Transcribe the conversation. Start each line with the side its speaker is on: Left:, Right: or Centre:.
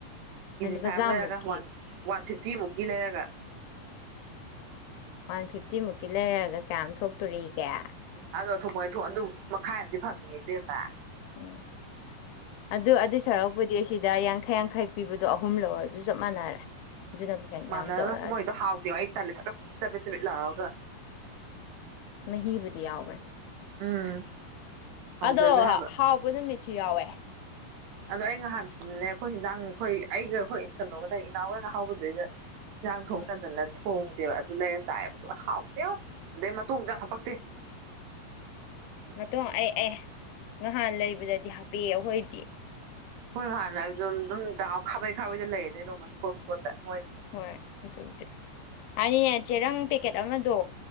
Right: ꯀꯤꯖꯤꯡꯈꯥꯏ
Left: ꯂꯨꯄꯥ
Right: ꯑꯃ
Left: ꯆꯥꯝꯃꯨꯛꯀꯤ
Right: ꯂꯩꯔꯒ ꯋꯥꯟ ꯋꯥꯟ ꯐꯤꯐꯇꯤ ꯃꯨꯀꯤ ꯂꯩꯔꯒ
Left: ꯋꯥꯟ ꯐꯤꯐꯇꯤ ꯃꯨꯛꯀꯤ ꯂꯩꯔꯒ ꯀꯌꯥꯝ ꯊꯣꯛꯇꯣꯔꯤꯒꯦ
Right: ꯑꯗꯣ ꯊꯣꯛꯄ ꯑꯗꯨ ꯃꯈꯥꯏ ꯑꯃꯗꯤ ꯐꯪꯉꯤ ꯏꯕꯦꯝꯃ
Left: ꯎꯝ ꯑꯗꯨ ꯑꯗꯨ ꯁꯥꯔꯨꯛꯄꯨꯗꯤ ꯁꯤꯗ ꯌꯥꯡꯈꯩ ꯌꯥꯡꯈꯩ ꯄꯤꯕꯗꯣ ꯑꯍꯨꯝ ꯂꯧꯔꯁꯨ ꯆꯞ ꯃꯥꯟꯅꯔꯦ ꯑꯗꯨꯅꯕꯨ ꯍꯦꯟꯅ
Right: ꯃꯅꯔꯣꯏ
Left: ꯌꯥꯝ ꯇꯧꯔꯛꯑꯅꯤ
Right: ꯃꯣꯏꯗꯣ ꯍꯥꯎꯇꯤꯕ ꯑꯩ ꯇꯜꯂꯦ ꯁ ꯆꯕꯤꯠ ꯆꯕꯤꯠ ꯂꯥꯎꯔꯒ
Left: ꯃꯍꯤꯕꯨꯗꯤ ꯌꯥꯎꯕꯅꯦ
Right: ꯎꯝ ꯍꯥꯎꯖꯗꯦ
Left: ꯑꯗꯣ
Right: ꯍꯥꯏꯕ
Left: ꯍꯥꯎꯕ ꯅꯨꯃꯤꯠꯁꯨ ꯌꯥꯎꯋꯦ
Right: ꯑꯗꯣ ꯑꯩ ꯅꯍꯥꯟꯅꯦ ꯑꯩꯈꯣꯏ ꯍꯟꯖꯥꯡ ꯑꯩꯈꯣꯏ ꯑꯩꯒ ꯑꯩꯈꯣꯏ ꯀꯩꯅꯣꯒꯗ ꯏꯅꯥꯎꯒ ꯉꯥꯏꯍꯧꯕꯗꯨꯗ ꯌꯦꯟꯖꯥꯡ ꯊꯣꯡ
Left: ꯎꯝ
Right: ꯇꯟꯗꯅ ꯊꯣꯡꯗꯦꯕ ꯑꯗꯨ ꯂꯩꯔ ꯆꯥꯏꯑꯕ ꯑꯗꯨꯒ ꯍꯥꯎꯇꯦꯕꯥ ꯑꯗꯩ ꯃꯇꯣꯡꯁꯨ ꯌꯥꯝ ꯍꯥꯄꯛꯇꯦ <unintelligible>
Left: ꯃꯇꯣ ꯑꯩ ꯑꯦ ꯉꯍꯥꯟ ꯂꯩꯕꯗꯗꯤ ꯍꯥꯄꯤꯑꯦ ꯑꯩꯈꯣꯏꯗꯤ
Right: ꯑꯩꯈꯣꯏ ꯍꯥꯟꯅ ꯑꯗꯨꯝ ꯑꯗꯨꯝ ꯗꯥꯎ ꯈꯥꯕꯩ ꯈꯥꯕꯩꯗ ꯂꯩꯔꯅꯤ ꯅꯣꯡꯃꯩ ꯈꯨꯀꯣꯠ ꯈꯨꯀꯣꯠꯇ ꯃꯣꯏꯗꯨ
Left: ꯍꯣꯏ ꯑꯗꯨꯕꯨꯗꯤ ꯍꯥꯏꯅꯤꯅꯦ ꯆꯦꯔꯪ ꯄꯦꯛꯀꯦꯠ ꯑꯃꯗꯣ